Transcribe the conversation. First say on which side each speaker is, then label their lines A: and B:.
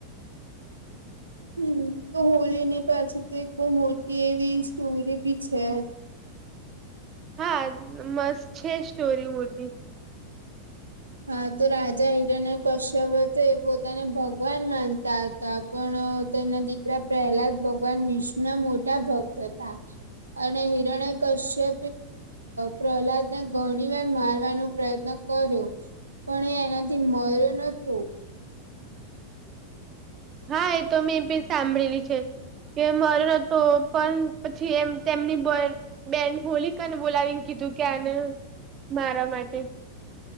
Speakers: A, on the right; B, on the right.
A: હમ તો હોલી ની પાછી તો એક બહ મોટી એવી સ્ટોરી બી છે
B: હા મસ્ત છે સ્ટોરી મૂતિ
A: હા તો રાજા હિરાણ કશ્યપ હતો એ પોતાને ભગવાન માનતા હતા પણ તેમના દીકરા પ્રહલાદ ભગવાન વિષ્ણ મોટા ભક્ત હતા અને હિરણ કશ્ય પ્રહલાદને ઘણી વાર મારવાનો પ્રયત્ન કર્યો પણ એ એનાથી મળર્યો નતો
B: હા એ તો મેં પણી સાંભળેલી છે કે માર હતો પણ પછી એમ તેમની બ બેન હોલિકાને બોલાવીને કીધું કે્યાને મારા માટે